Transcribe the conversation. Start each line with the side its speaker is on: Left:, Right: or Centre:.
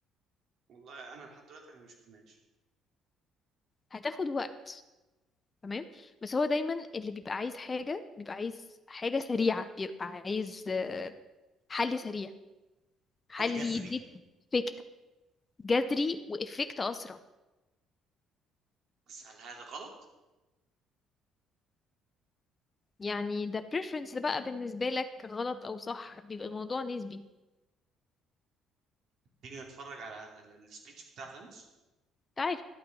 Right: والله انا لحد دلوقتي احنا ما شفناش
Left: هتاخد وقت تمام بس هو دايما اللي بيبقى عايز حاجه بيبقى عايز حاجه سريعه بيبقى عايز آه، حل سريع حل
Right: حل جذري
Left: يديك افكت جذري وافكت اسرع
Right: بس هل هذا غلط
Left: يعني ده preference بقى بالنسبة لك غلط أو صح بيبقى الموضوع نسبي
Right: تيجي نتفرج على ال- السبيتش بتاع ثانوس
Left: تعرف